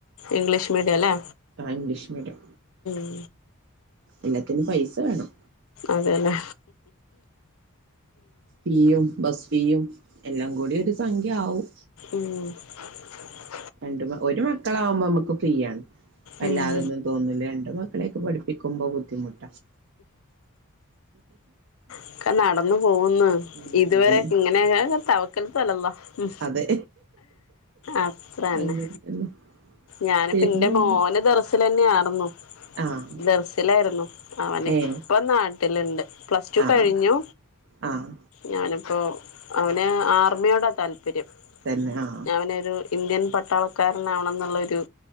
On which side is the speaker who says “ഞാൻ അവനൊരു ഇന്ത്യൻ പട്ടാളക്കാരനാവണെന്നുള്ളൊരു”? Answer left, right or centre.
Left